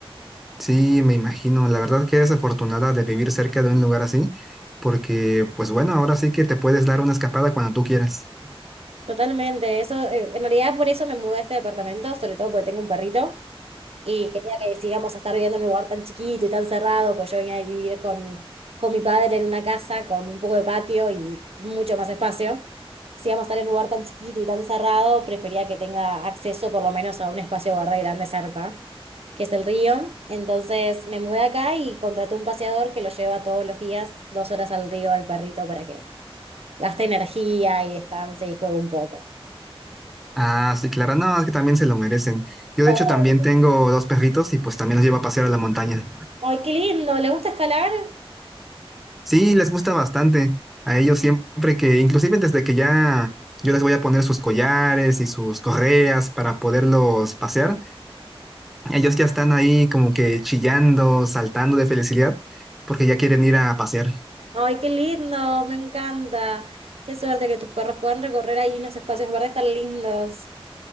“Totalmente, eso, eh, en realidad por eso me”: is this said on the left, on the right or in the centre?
Right